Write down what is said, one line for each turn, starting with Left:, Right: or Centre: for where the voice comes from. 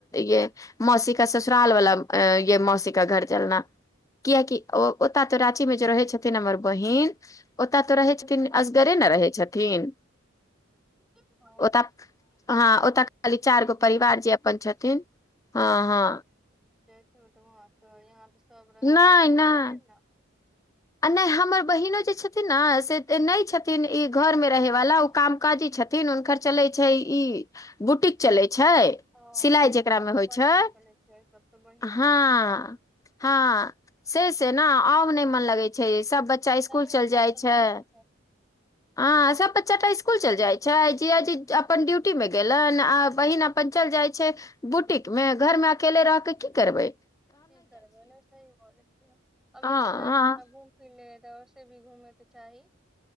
Left: ये मौसी का ससुराल वाला ये- मौसीा घर जलना कियकि ओता तो राची मे जे रहे छै। नर बहिन ओ। <unintelligible> तऽ रहै छथिन
Centre: ह
Left: असगरे नहि रहै छथिन। <unintelligible> तीन। <unintelligible>
Centre: हँ
Left: <unintelligible> ओतऽ हँ ओतऽ खाली
Centre: सही
Left: चारि गो
Centre: बोलै
Left: परिवार
Centre: छै
Left: जे अपन छथिन हँ- हँ।
Centre: त वहाँ त यहाँ। <unintelligible> सब रहेत
Left: नहि
Centre: त
Left: नहि
Centre: खातिर ने। <unintelligible>
Left: आ नहि हमर बहिनो जे छथिन ने से नहि छथिन ई घरमे रहैवाला ओ काम काजी छथिन हुनकर चलैत छै ई -बुटीक चलैत छै। छै
Centre: ओ
Left: सिलाइ जेकरामे
Centre: तब तऽ
Left: होइ
Centre: बढ़िया
Left: छै <unintelligible>
Centre: चलै छै तब तऽ बढ़िया
Left: हँ
Centre: छै
Left: -हँ। से- से ने आब नहि मन लगे छै। छै सब। <unintelligible> बच्चा
Centre: नहि
Left: स्कूल
Centre: नहि
Left: चल
Centre: तब
Left: जाइ
Centre: तऽ
Left: छै
Centre: बढ़िया
Left: <unintelligible> आ सब बच्चा। इकुल चल जाइ छै जयाजी अपन ड्यूटी मे गेलनि आ बहिन अपन चल जाइ छै बुटीक मे घर मे अकेले रहके की करबे। <unintelligible>
Centre: की करबै ने सही बोलै छियै अब
Left: हँ
Centre: यहाँ जाय
Left: हँ
Centre: त अपना घूम। <unintelligible> फ त से भी घूमैके चाही। <unintelligible>